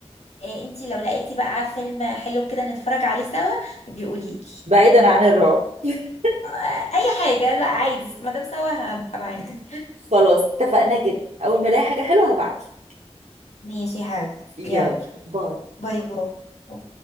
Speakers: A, on the left; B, on the right.
A: إيه انتي لو لقيتي بقى فيلم حلو كده نتفرج عليه سوا بيقوليلي
B: بعيدا عن الرعب <laughs>
A: آه، اي حاجة لا عادي ما دام سوا هبقى معاكي
B: خلاص اتفقنا جدا اول ما الاقي حاجه حلوه هبعتلك
A: <laughs> ماشي يا حبيبتي
B: يلا
A: يلا
B: باي
A: باي باي